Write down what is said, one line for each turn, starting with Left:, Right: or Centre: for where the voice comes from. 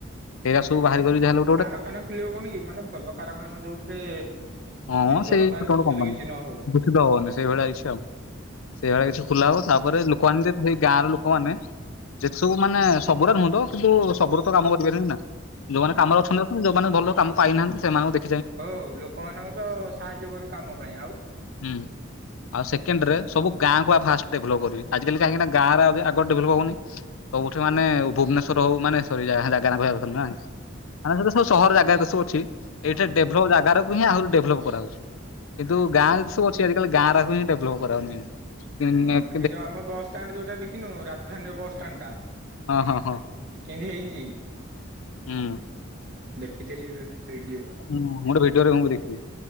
Left: ଏଇରା ସବୁ ବାହାରିକରିକି ଯାହା ହେଲେ
Right: କାରଖାନା ଖୋଲିବ କଣ କି ମାନେ ଭଲ କାରଖାନା ଯୋଉଥିରେ
Left: ହଁ
Right: ଜଳବାୟୁ
Left: ସେଇ ଛୋଟ
Right: ଦୂଷିତ
Left: ମୋଟ କମ୍ପାନୀ।
Right: କିଛି ନ ହଉ।
Left: ହବନି ସେଇଭଳିଆ କିଛି ଆଉ ସେଇଭଳିଆ କିଛି ଖୋଲା ହବ। ତାପରେ ଲୋକମାନେ ସେଇ ଗାଁ ର ଲୋକମାନେ ଦେଖିବୁ ସବୁ ମାନେ ସବୁୁର ନୁହଁ ତ କିନ୍ତୁ ସବୁୁର ତ କାମ କରିପାରିବିନି ନା। ଯୋଉମାନେ
Right: ହଁ
Left: କାମରେ ଅଛନ୍ତି ଅଛନ୍ତି ଯୋଉମାନେ ଭଲ କାମ ପାଇନାହାନ୍ତି ସେମାନଙ୍କୁ ଦେ
Right: ହୋ ଲୋକମାନଙ୍କ ତ ସାହାଯ୍ୟ କରିବୁ କାମ ପାଇଁ ଆଉ
Left: ହୁଁ ଆଉ ସେକେଣ୍ଡରେ ସବୁ ଗାଁ କୁ ଆ ଫାଷ୍ଟ ଡେଭଲପ କରିବି। ଆଜିକାଲି କାହିଁକି ଗାଁ ରେ ଆଗ ଡେଭଲପ ହଉନି। ସବୁଠି ମାନେ ଭୁବନେଶ୍ୱର ହଉ ମାନେ ସରି ଯାଗା ନା ଧରିବା କଥା ନୁହଁ ନା କି। ମାନେ ଯେତେ ସବୁ ସହର ଜାଗା ସବୁ ଅଛି, ଏଇଟା
Right: ହଁ
Left: ଡେଭଲପ ଜାଗାରକୁ ହିଁ ଆହୁରି ଡେଭଲପ୍ କରାହଉଛି। କିନ୍ତୁ ଗାଁ ଯେତେ ସବୁ ଅଛି ଆଜିିକାଲି ଗାଁ ରାକୁ ବି ଡେଭଲପ କରାହଉନି। <inaudible>
Right: ହଁ ହେଇ ଯୋଉ ଆମ ବସଷ୍ଟାଣ୍ଡ ଯୋଉଟା ଦେଖିନୁ ରାଜଧାନୀ ବସଷ୍ଟାଣ୍ଡ ଟା
Left: ହଁ ହଁ ହଁ
Right: <unintelligible>
Left: ହୁଁ
Right: ଦେଖିଥିଲି, ଭିଡ଼ିଓ।
Left: ହୁଁ ମୁଁ ଗୋଟେ ଭିଡିଓରେ ମୁଁ ବି ଦେଖିଥିଲି।